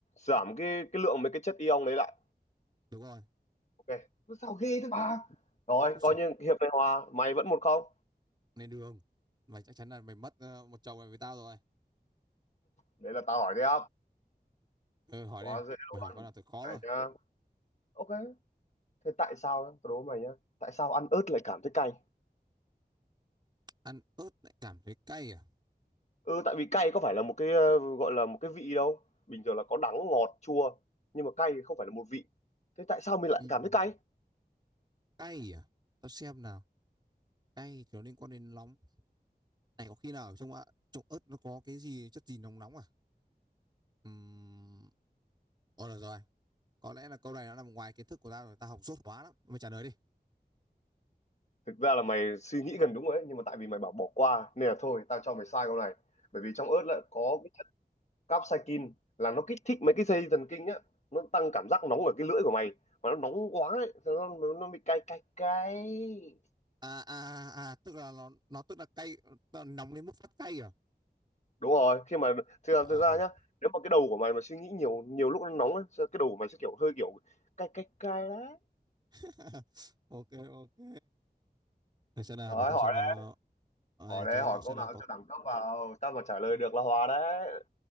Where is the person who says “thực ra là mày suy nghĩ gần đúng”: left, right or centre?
Left